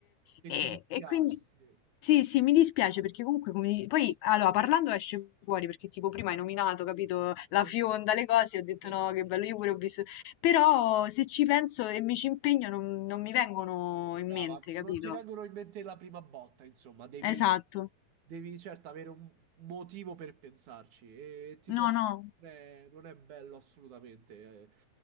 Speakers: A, on the right; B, on the left.
A: Che
B: E,
A: ti dispiace,
B: e quindi
A: sì.
B: sì, sì, mi dispiace perché comunque come dici- poi allora parlando esce fuori perché tipo prima hai nominato, capito, la
A: Sì,
B: fionda, le cose, ho detto
A: sì,
B: no,
A: sì, sì.
B: che bello, io pure ho visto, però se ci penso e mi ci impegno non non mi vengono in
A: Brava,
B: mente, capito?
A: non ti vengono in mente la prima botta, insomma, devi,
B: Esatto.
A: devi certo avere un motivo per pensarci e ti
B: No,
A: capisco,
B: no.
A: non è, non è bello assolutamente, eh.